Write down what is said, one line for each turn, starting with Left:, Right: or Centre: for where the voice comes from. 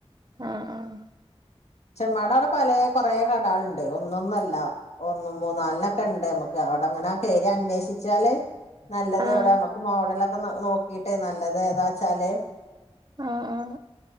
Right: ആഹ് ആഹ്
Left: ചെമ്മാട്, അവിടെ പലേ കൊറെ കടകളുണ്ട് ഒന്നൊന്നല്ല ഒന്നും മൂന്ന നാലിനൊക്കെ ഉണ്ട് നമുക്ക്. അവിടെങ്ങനെ കേറി അന്വേഷിച്ചാല് നല്ലത്
Right: ആഹ്
Left: എവിടെ നമ്മുക്ക് മോഡലൊക്കെ നോക്കിട്ടേ നല്ലതേതാച്ചാല്
Right: ആ ആ